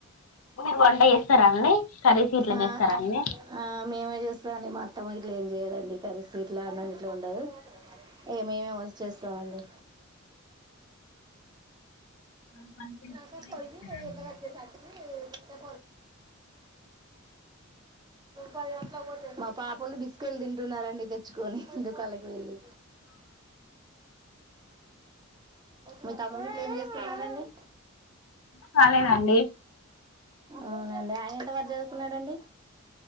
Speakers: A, on the left; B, on the right.
A: మీరు వంట చేస్తారాండి కర్రీస్ గిట్లా
B: ఆ
A: చేస్తారా అండి
B: ఆ మేమే చేస్తామన్ది మా అట్టమ ఇట్లా ఏం చేయదండి కరసిీ ఇట్లా అన్నం ఇట్లా ఉండదు ఏ మేమే వచ్చ చేస్తామ అండి
A: <unintelligible>
B: ఇ క
A: చేస్తారండి
B: ఎగా చి ఇగ పది గంటలకు పోతే మా పాపకు బిస్కెళ్ డి తింటున్నారండి తెచ్చుకొని దుకాళ్ళకి వెళ్ళి మీ తమ్ముడు ఏం చేస్తున్నారండి
A: కాలేదండి
B: అవునండి ఆయన ఎంత వరకు జదువుకున్నాడండి